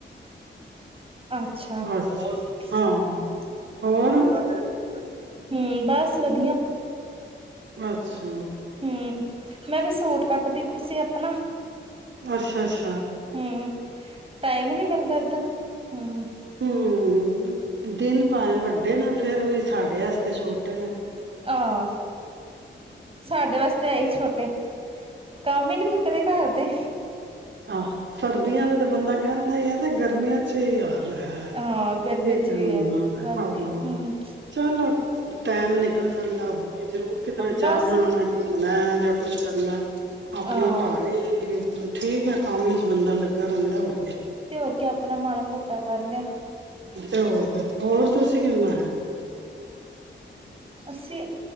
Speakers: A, on the right (about 30°); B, on the right (about 70°).
A: ਅੱਛਾ ਹੋਰ
B: ਅੱਛਾ
A: <unintelligible>
B: ਹਾਂ ਹੋਰ
A: ਹੁੰ ਬਸ ਵਧੀਆ।
B: ਅੱਛਾ,
A: ਹੁੰ ਮੈਂ ਤੇ ਸੂਟ ਕੱਟਦੀ ਪਈ ਸੀ ਆਪਣਾ।
B: ਅੱਛਾ ਅੱਛਾ।
A: ਹੁੰ, ਟਾਈਮ ਨਹੀਂ ਮਿਲਦਾ ਇਦਾਂ ਹੁੰ,
B: ਹੁੰ ਦਿਨ ਭਾਂਏ ਵੱਡੇ ਨੇ ਫਿਰ ਵੀ ਸਾਡੇ ਆਸਤੇ ਛੋਟੇ ਨੇ।
A: ਆ, ਸਾਡੇ ਵਾਸਤੇ ਆਈ ਛੋਟੇ ਕੰਮ ਹੀ ਨਹੀਂ ਮੁੱਕਦੇ ਘਰ ਦੇ।
B: ਆਹ ਸਰਦੀਆਂ ਤੇ ਬੰਦਾ ਕਹਿੰਦਾ ਈ ਆ ਕਿ ਗਰਮੀਆਂ ਚ ਐਹੀ ਹਾਲ। ਹੈ
A: ਹਾਂ ਗਰਮੀਆਂ
B: ਕੀ ਕਰਨਾ
A: ਚ ਵੀ ਵਾਕੇ
B: ਹਾਂ
A: ਹੁੰ
B: ਚਲੋ ਟਾਈਮ ਨਿਕਲ ਜਾਂਦਾ <inaudible> ਜ਼ਰੂਰ ਕਿਧਰੇ
A: ਬਸ
B: ਜਾਣਾ ਆਨਾ ਮੈਂ ਜਾ ਕੁਛ ਕਰਨਾ ਆਪਣਾ
A: ਹਾਂ
B: ਘਰ ਈ <inaudible> ਠੀਕ ਏ, ਕੰਮ ਇੱਚ ਬੰਦਾ ਲੱਗਾ ਰਹਿੰਦਾ ਹੋਰ ਕੀ।
A: ਤੇ ਹੋਰ ਕਿ ਆਪਣਾ ਮਾੜਾ ਮੋਟਾ ਕਰ ਲਿਆ।
B: ਤੇ ਹੋਰ ਕੀ ਹੋਰ ਤੁਸੀ ਕੀ ਬਣਾਇਆ?
A: ਅਸੀਂ